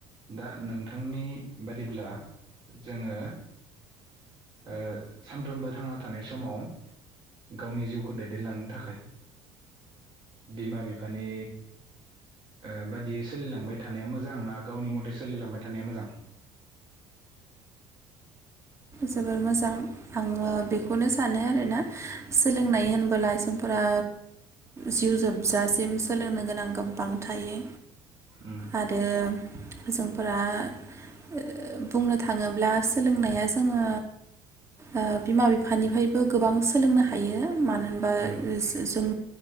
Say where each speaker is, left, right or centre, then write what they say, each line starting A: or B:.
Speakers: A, on the right (about 45°); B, on the right (about 25°).
A: दा नोंथांनि बादिब्ला जोङो ओ सानफ्रोमबो थांना थानाय समाव गावनि जिउखौ दैदेनलांनो थाखाय बिमा बिफानि ओ बादियै सोलिलांबाय थानाय मोजां ना गावनि मथे सोलिलांबाय थानाया मोजां?
B: जोबोर मोजां आङो बेखौनो सानो आरोना सोलोंनाय होनबोला जोंफोरा जिउ जोबजासिम सोलोंनो गोनां गोबां थायो।
A: उम
B: आरो जोंफोरा ओ बुंनो थाङोब्ला सोलोंनाया जो जोङो ओ बिमा बिफानिफायबो गोबां सोलोंनो हायो मानो होनबा
A: उम
B: जो-जों